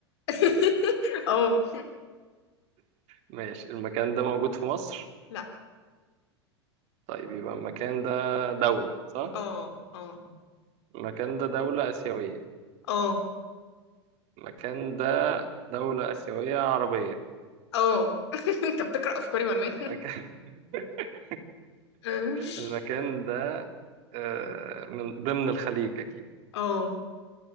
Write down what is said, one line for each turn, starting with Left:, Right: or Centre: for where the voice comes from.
Left: <laughs> اه
Right: ماشي المكان ده موجود في مصر
Left: لا
Right: طيب يبقى المكان ده دولة صح؟
Left: اه اه
Right: المكان ده دولة آسيوية
Left: اه
Right: المكان ده دولة آسيوية عربية
Left: اه <laughs> انت بتقرأ افكاري ولا ايه
Right: المكان <laughs>
Left: <laughs>
Right: المكان ده آه، من ضمن الخليج أكيد
Left: اه